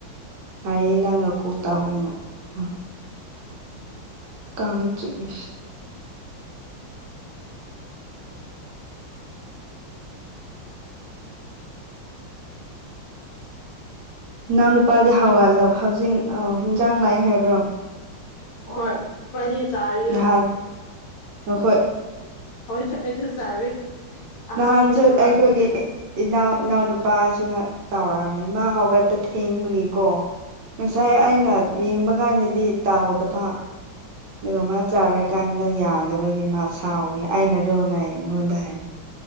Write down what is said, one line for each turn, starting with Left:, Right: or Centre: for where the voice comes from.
Right: ꯍꯥꯏꯌꯦ ꯅꯪꯒ ꯀꯣꯜ ꯇꯧꯋꯦꯅ ꯑꯥ
Left: ꯎꯝ <inaudible>
Right: ꯀꯥꯡ ꯆꯤꯛꯑꯦ ꯅꯅꯥꯎꯅꯨꯄꯥꯗꯤ ꯍꯥꯎꯒꯠꯂꯦ ꯍꯧꯖꯤꯛ ꯑ ꯏꯟꯖꯥꯡ ꯂꯥꯛꯑꯦ ꯍꯥꯏꯕ꯭ꯔꯣ
Left: ꯍꯣꯏ ꯢꯕꯥꯅꯤ ꯆꯥꯔꯤꯌꯦ
Right: ꯅꯍꯥꯟ ꯅꯈꯣꯏ
Left: ꯍꯣꯏ ꯑꯩꯁꯨ ꯆꯥꯔꯤ ꯑꯍꯥꯎꯕ
Right: ꯅꯍꯥꯟꯁꯨ
Left: ꯄꯨꯔꯛꯄꯒꯤ
Right: ꯑꯩꯈꯣꯏꯒꯤ ꯏꯅꯥꯎ ꯏꯅꯥꯎꯅꯄꯥꯁꯨ ꯇꯥꯎꯔꯝꯃꯦ ꯃꯥ ꯍꯧꯒꯠꯄ ꯊꯦꯡꯕꯒꯤ ꯀꯣ ꯉꯁꯥꯏ
Left: ꯎꯝ
Right: ꯑꯩꯅ ꯌꯦꯡꯕ ꯀꯥꯟꯗꯗꯤ ꯇꯧꯗꯕ
Left: ꯎꯝ
Right: ꯑꯗꯨꯒ ꯆꯥꯔꯀꯥꯟꯗ ꯌꯥꯗꯕꯒꯤ ꯃꯥ ꯁꯥꯎꯋꯤ ꯑꯩꯅꯔꯣꯅ ꯑꯩꯉꯣꯟꯗ ꯍꯥꯏ